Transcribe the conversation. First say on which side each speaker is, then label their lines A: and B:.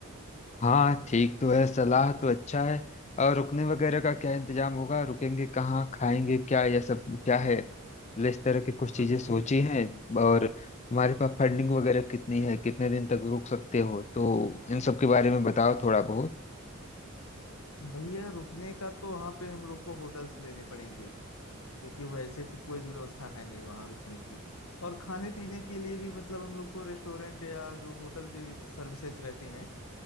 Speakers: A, on the left; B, on the left.
A: हाँ ठीक तो है सलाह तो अच्छा है और रुकने वगैरह का क्या इंतजाम होगा रुकेंगे कहाँ खाएंगे क्या यह सब क्या है मतलब इस तरह की कुछ चीजें
B: अब इसकी
A: सोची हैं और तुम्हारे पास फंडिंग वगैरह कितनी है कितने दिन तक रुक सकते हो तो इन सब के बारे में बताओ थोड़ा बहुत
B: भैया रुकने का तो वहाँ पे हम लोग को होटल्स लेने पड़ेंगे क्योंकि वैसे तो कोई व्यवस्था है नहीं वहाँ रुकने की और खाने पीने के लिए भी मतलब हम लोग को रेस्टोरेंट या जो होटल की सर्विसेज रहती हैं